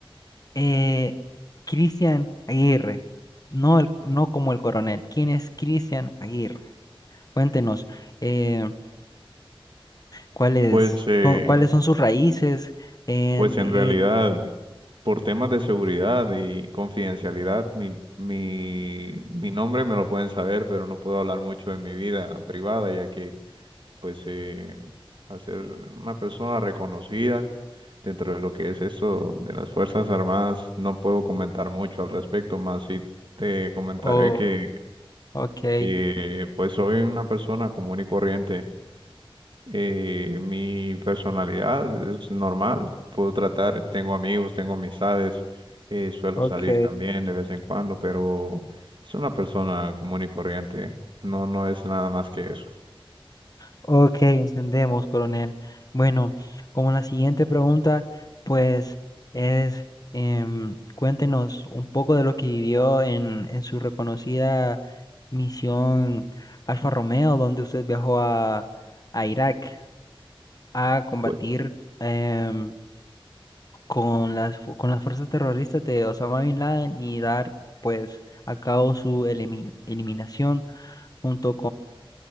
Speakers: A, on the left (about 40°); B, on the right (about 60°).
A: eh, Cristian Aguirre, no, el, no como el coronel. ¿Quién es Cristian Aguirre? Cuéntenos eh, cuáles
B: Pues, eh,
A: son, cuáles son sus raíces. and,
B: Pues en
A: eh,
B: realidad, por temas de seguridad y confidencialidad, mi, mi, mi nombre me lo pueden saber, pero no puedo hablar mucho de mi vida privada, ya que, pues, eh, al ser una persona reconocida dentro de lo que es esto de las Fuerzas Armadas, no puedo comentar mucho al respecto, más si te comentaré
A: oh,
B: que,
A: ok.
B: que, pues, soy una persona común y corriente eh, mi personalidad es normal, puedo tratar, tengo amigos, tengo amistades, eh, suelo
A: Ok.
B: salir también de vez en cuando, pero es una persona común y corriente, no, no es nada más que eso.
A: Ok, entendemos, coronel. Bueno, como la siguiente pregunta, pues es, em, cuéntenos un poco de lo que vivió en, en su reconocida misión Alfa Romeo, donde usted viajó a, a Irak a combatir
B: Pues,
A: em, con las, fu- con las fuerzas terroristas de Osama Bin Laden y dar pues a cabo su elimin- eliminación junto